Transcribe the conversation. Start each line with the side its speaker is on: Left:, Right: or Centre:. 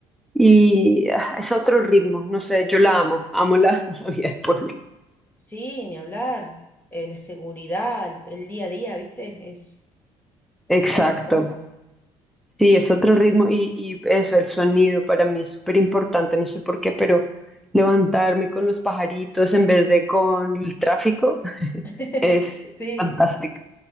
Centre: y ah, es otro ritmo. No sé, yo la amo, amo la, <laughs> la vida del pueblo.
Left: Sí, ni hablar. Eh, la seguridad, el día a día, ¿viste? Es,
Centre: Exacto.
Left: es otra cosa.
Centre: Sí, es otro ritmo y, y eso, el sonido para mí es súper importante, no sé por qué, pero levantarme con los pajaritos en vez de con el tráfico <laughs>
Left: <laughs>
Centre: es
Left: Sí,
Centre: fantástico.